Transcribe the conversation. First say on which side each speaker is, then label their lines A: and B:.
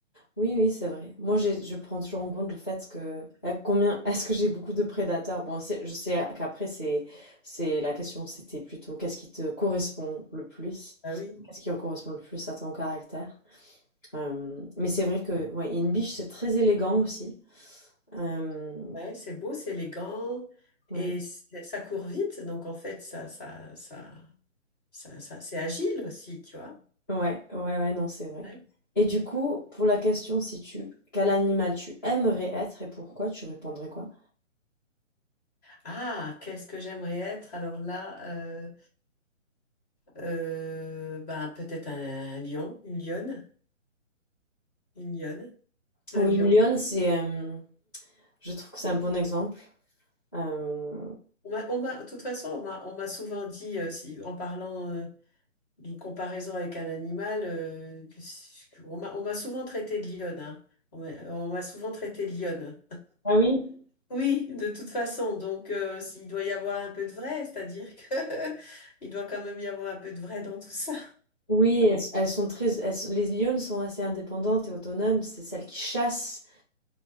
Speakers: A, on the left; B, on the left.
A: oui, oui, c'est vrai. Moi, j'ai- je prends toujours en compte le fait que à combien est-ce que j'ai beaucoup de prédateurs? Bon, c'est- je sais qu'après c'est c'est la question, c'était plutôt qu'est-ce qui te correspond le plus?
B: Ah oui,
A: Qu'est-ce qui correspond le plus à ton caractère? Euh, mais c'est vrai que ouais, une biche c'est très élégant aussi. Euh,
B: ouais, c'est beau, c'est élégant
A: ouais.
B: et c'est- ça court vite. Donc, en fait, ça, ça, ça, ça, ça- c'est agile aussi, tu vois.
A: Ouais, ouais, ouais, non, c'est vrai.
B: Ouais.
A: Et du coup, pour la question si tu quel animal tu aimerais être et pourquoi, tu répondrais quoi?
B: Ah, qu'est-ce que j'aimerais être? Alors là, euh, euh, ben, peut-être un lion, une lionne, une lionne, le
A: Oui,
B: lion.
A: une lionne, c'est euh, Je trouve que c'est un bon exemple. Euh,
B: On m'a, on m'a- de toute façon, on m'a, on m'a souvent dit, euh, si, en parlant euh, d'une comparaison avec un animal, euh, que si- on m'a, on m'a souvent traité de lionne. hein. On m'a on m'a souvent traité de lionne.
A: Ah oui?
B: Oui, de toute façon. Donc, euh, s'il doit y avoir un peu de vrai, c'est-à-dire que <laughs> il doit quand même y avoir un peu de vrai dans tout ça.
A: oui, elles, elles sont très, elles sont- les lionnes sont assez indépendantes et autonomes. C'est celles qui chassent.